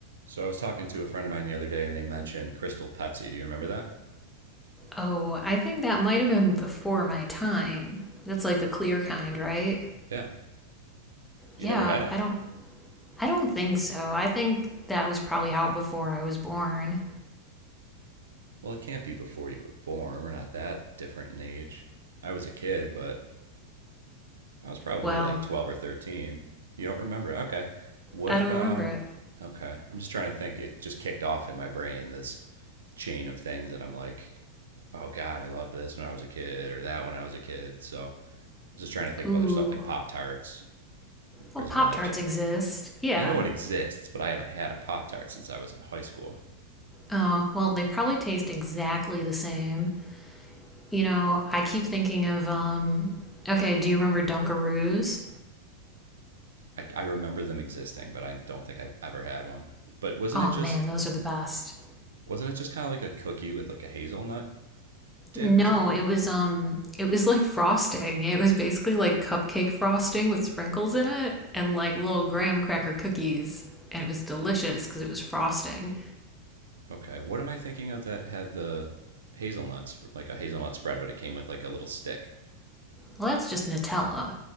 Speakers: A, on the right; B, in the centre.
A: So I was talking to a friend of mine the other day and they mentioned Crystal Pepsi. Do you remember that?
B: Oh, I think that might have been before my time. That's like the clear kind, right?
A: Yeah. You
B: Yeah,
A: never had it?
B: I don't I don't think so. I think that was probably out before I was born.
A: Well, it can't be before you were born. We're not that different in age. I was a kid, but I was probably
B: Well,
A: like 12 or 13. You don't remember? Okay. What
B: I
A: about
B: don't remember it.
A: Okay. I'm just trying to think. It just kicked off in my brain this chain of things that I'm like, oh God, I loved this when I was a kid or that when I was a kid. So I was just trying to think
B: Ooh.
A: of other stuff like Pop Tarts
B: Well,
A: is
B: Pop
A: one that
B: Tarts exist. Yeah.
A: I know it exists, but I haven't had a Pop Tart since I was in high school.
B: Oh, well, they probably taste exactly the same. You know, I keep thinking of um okay, do you remember Dunkaroos?
A: I, I remember them existing, but I don't think I've ever had one. But wasn't
B: Oh
A: it just
B: man, those are the best.
A: wasn't it just kind of like a cookie with like a hazelnut dip
B: No,
A: or something?
B: it was um it was like frosting. It was basically like cupcake frosting with sprinkles in it and like little graham cracker cookies and it was delicious cuz it was frosting.
A: Okay, what am I thinking of that had the hazelnuts like a hazelnut spread, but it came with like a little stick?
B: Well, that's just Nutella.